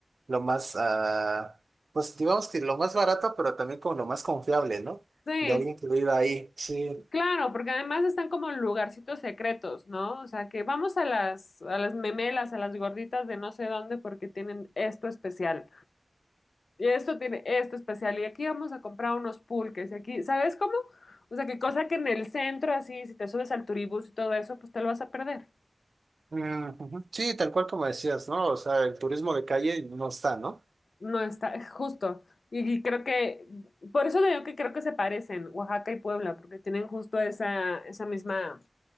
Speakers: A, on the right (about 75°); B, on the left (about 85°).
A: lo más, ah, pues digamos que lo más barato, pero también como lo más confiable, ¿no?
B: Sí.
A: De haber incluido ahí, sí.
B: Claro, porque además están como en lugarcitos secretos, ¿no? O sea, que vamos a las, a las memelas, a las gorditas de no sé dónde porque tienen esto especial. Y esto tiene esto especial. Y aquí vamos a comprar unos pulques. Y aquí, ¿sabes cómo? O sea, que cosa que en el centro, así, si te subes al turibús y todo eso, pues te lo vas a perder.
A: Mm, ujú. Sí, tal cual como decías, ¿no? O sea, el turismo de calle no está, ¿no?
B: No está, <laughs> justo. Y, y creo que, por eso digo que creo que se parecen Oaxaca y Puebla, porque tienen justo esa, esa misma.